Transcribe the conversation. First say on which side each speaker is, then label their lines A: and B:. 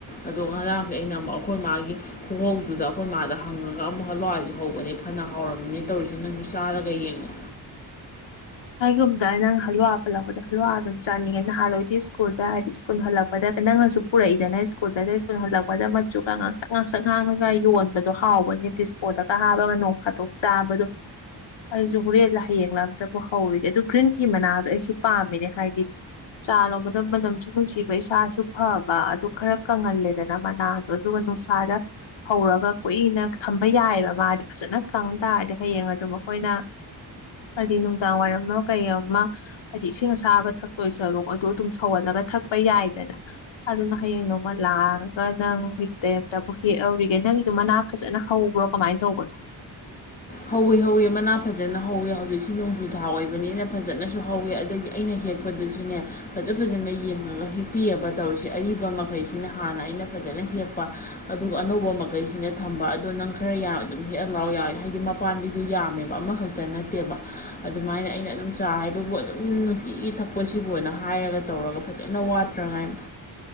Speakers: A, on the left; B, on the left.
A: ꯑꯗꯣ ꯉꯔꯥꯡꯁꯦ ꯑꯩꯅ ꯑꯃꯨꯛ ꯑꯩꯈꯣꯏ ꯃꯥꯒꯤ ꯈꯨꯍꯧꯗꯨꯗ ꯑꯩꯈꯣꯏ ꯃꯥꯗ ꯍꯪꯉꯒ ꯑꯃꯨꯛ ꯍꯜꯋꯥꯁꯤ ꯍꯧꯧꯕ ꯩ ꯐꯅ ꯍꯥꯎꯔꯕꯝꯅꯤꯅꯦ ꯇꯧꯔꯤꯁꯦ ꯅꯪꯁꯨ ꯆꯥꯔꯒ ꯌꯦꯡꯉ
B: ꯑꯩꯒꯨꯝꯗ ꯅꯪ ꯍꯜꯨꯋꯥ ꯄꯜꯂꯛꯄꯗꯣ ꯍꯜꯨꯋꯥ ꯑꯗꯨꯝ ꯆꯥꯅꯤꯡꯉꯦ ꯅꯍꯥꯟꯋꯥꯏꯗꯤ ꯁ꯭ꯀꯨꯜꯗ ꯍꯥꯏꯗꯤ ꯁ꯭ꯀꯨꯜ ꯍꯜꯂꯛꯄꯗ ꯅꯪꯅꯁꯨ ꯄꯨꯔꯛꯏꯗꯅ ꯁ꯭ꯀꯨꯜꯗꯒ ꯁ꯭ꯀꯨꯜ ꯍꯜꯂꯛꯄꯗ ꯃꯆꯨꯒ ꯉꯥꯡꯁꯛ ꯉꯥꯡꯁꯛ ꯉꯥꯡꯉꯒ ꯌꯣꯟꯕꯗꯣ ꯍꯥꯎꯕꯅꯦ ꯗꯤꯁꯄꯣꯗꯒ ꯍꯥꯞꯕꯒ ꯅꯣꯡ ꯐꯥꯠꯇꯣꯛ ꯆꯥꯕꯗꯣ ꯑꯩꯁꯨ ꯍꯣꯔꯦꯟ ꯍꯌꯦꯡꯂꯗ ꯍꯧꯔꯔꯤꯗꯤ ꯑꯗꯨ ꯒ꯭ꯔꯤꯟ ꯀꯤ ꯃꯅꯥꯗꯣ ꯑꯩꯁꯨ ꯄꯥꯝꯃꯤꯅꯦ ꯍꯥꯏꯗꯤ ꯆꯥ ꯂꯣꯟꯕꯗ ꯃꯅꯝꯁꯨ ꯅꯨꯡꯁꯤꯕ ꯏꯁꯥꯁꯨ ꯐꯕ ꯑꯗꯨ ꯈꯔ ꯀꯪꯍꯜꯂꯦꯗꯅ ꯃꯅꯥꯗꯣ ꯑꯗꯨꯒ ꯅꯨꯡꯁꯥꯗ ꯍꯧꯔꯒ ꯀꯨꯏꯅ ꯊꯝꯕ ꯌꯥꯏꯕ ꯃꯥꯗꯤ ꯐꯖꯅ ꯀꯪ ꯇꯥꯔꯗꯤ ꯍꯌꯦꯡ ꯑꯗꯨꯣ ꯃꯈꯣꯏꯅ ꯍꯥꯏꯗꯤ ꯅꯨꯡꯗꯥꯡ ꯋꯥꯏꯔꯝ ꯑꯃ ꯀꯩ ꯑꯃ ꯍꯥꯏꯗꯤ ꯏꯁꯤꯡ ꯑꯁꯥꯕ ꯊꯛꯇꯣꯏ ꯁꯔꯨꯛ ꯑꯗꯨ ꯑꯗꯨꯝ ꯁꯧꯍꯜꯂꯒ ꯊꯛꯄ ꯌꯥꯏꯗꯅ ꯑꯗꯨꯅ ꯍꯌꯦꯡ ꯅꯣꯡꯃ ꯂꯥꯛꯑꯒ ꯅꯪꯒꯤ ꯇꯩꯝꯇꯕꯨ ꯍꯦꯛꯍꯧꯔꯤꯒꯦ ꯅꯪꯒꯤꯗꯨ ꯃꯅꯥ ꯐꯖꯅ ꯍꯧꯕ꯭ꯔꯣ ꯀꯃꯥꯏꯅ ꯇꯧꯕꯅꯣ
A: ꯍꯧꯋꯦ ꯍꯧꯋꯦ ꯃꯅꯥ ꯐꯖꯅ ꯍꯧꯋꯦ ꯍꯧꯖꯤꯛꯁꯤ ꯅꯣꯡꯖꯨ ꯊꯥ ꯑꯣꯏꯕꯅꯤꯅ ꯐꯖꯅꯁꯨ ꯍꯧꯋꯦ ꯑꯗꯒꯤ ꯑꯩꯅ ꯍꯦꯛꯄꯗꯨꯁꯨꯅꯦ ꯐꯖ ꯐꯖꯅ ꯌꯦꯡꯉꯒ ꯍꯦꯛꯄꯤꯑꯕ ꯇꯧꯔꯤꯁꯦ ꯑꯔꯤꯕ ꯃꯈꯩꯁꯤꯅ ꯍꯥꯟꯅ ꯑꯩꯅ ꯐꯖꯅ ꯍꯦꯛꯄ ꯑꯗꯨꯒ ꯑꯅꯧꯕ ꯃꯈꯩꯁꯤꯅ ꯊꯝꯕ ꯑꯗꯣ ꯅꯪ ꯈꯔ ꯑꯗꯨꯝ ꯍꯦꯛꯍ ꯂꯥꯎ ꯌꯥꯎꯋꯦ ꯍꯥꯏꯗꯤ ꯄꯥꯝꯕꯤꯗꯨꯣ ꯌꯥꯝꯃꯦꯕ ꯑꯃꯈꯛꯇ ꯅꯠꯇꯦꯕ ꯑꯗꯨꯃꯥꯏꯅ ꯑꯩꯅ ꯑꯗꯨꯝ ꯆꯥ ꯍꯥꯏꯕꯕꯨ ꯑꯗꯨꯝ ꯅꯨꯡꯇꯒꯤ ꯊꯛꯄꯁꯤꯕꯨꯅ ꯍꯥꯏꯔꯒ ꯇꯧꯔꯒ ꯐꯖꯅ ꯋꯥꯠꯇ꯭ꯔꯉꯥꯏ